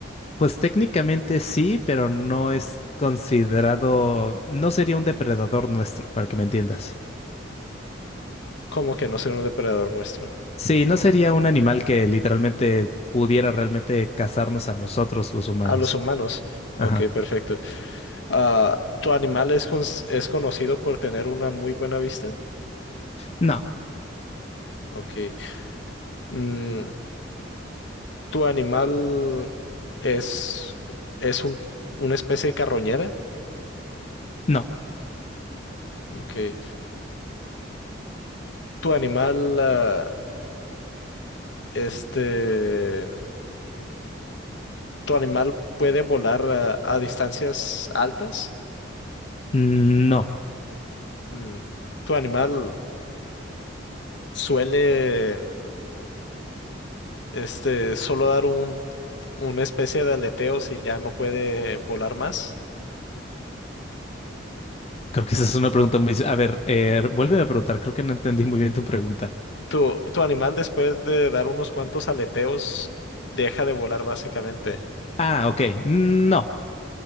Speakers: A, on the left (about 35°); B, on the left (about 70°).
A: pues técnicamente sí, pero no es considerado, no sería un depredador nuestro, para que me entiendas.
B: ¿Cómo que no ser un depredador nuestro?
A: Sí, no sería un animal que literalmente pudiera realmente cazarnos a nosotros los humanos.
B: A los humanos. Ok,
A: Ajá.
B: perfecto. Ah, ¿tu animal es, con- es conocido por tener una muy buena vista?
A: No,
B: Ok. Mm, ¿tu animal es, es un- una especie de carroñera?
A: no,
B: Ok. ¿Tu animal, ah, este... ¿Tu animal puede volar a, a distancias altas?
A: no.
B: Mm, ¿Tu animal suele este, solo dar un, una especie de aleteo si ya no puede volar más?
A: Creo que esa es una pregunta muy... A ver, eh, vuélveme a preguntar, creo que no entendí muy bien tu pregunta.
B: ¿Tu, tu animal después de dar unos cuantos aleteos deja de volar básicamente?
A: Ah, ok. No.